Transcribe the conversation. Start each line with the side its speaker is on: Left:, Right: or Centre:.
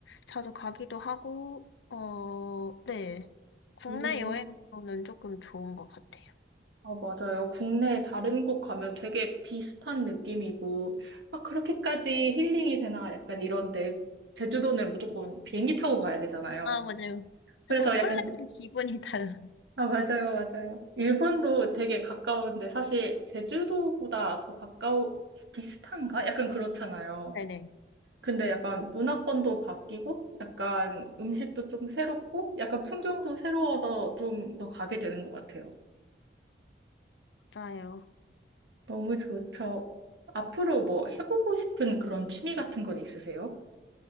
Left: 자주 가기도 하고, 어, 네, 국내
Right: 오,
Left: 여행으로는 조금 좋은 것 같아요.
Right: 어, 맞아요. 국내 다른 곳 가면 되게 비슷한 느낌이고, 아, 그렇게까지 힐링이 되나? 약간 이런데, 제주도는 무조건 비행기 타고 가야 되잖아요.
Left: 아, 맞아요.
Right: 그래서
Left: 조금 설레는
Right: 약간,
Left: 기분이 달라요.
Right: 아, 맞아요, 맞아요. 일본도 되게 가까운데, 사실 제주도보다 더 가까워, 비슷한가? 약간 그렇잖아요.
Left: 네네,
Right: 근데 약간 문화권도 바뀌고, 약간 음식도 좀 새롭고, 약간 풍경도 새로워서 좀 더 가게 되는 것 같아요.
Left: <laughs> 맞아요.
Right: 너무 좋죠. 앞으로 뭐 해보고 싶은 그런 취미 같은 건 있으세요?